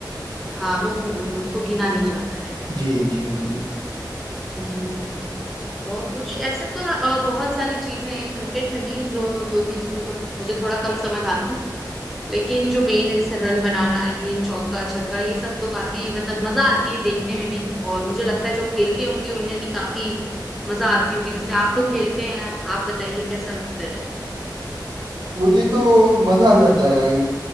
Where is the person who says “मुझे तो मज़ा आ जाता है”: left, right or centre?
Right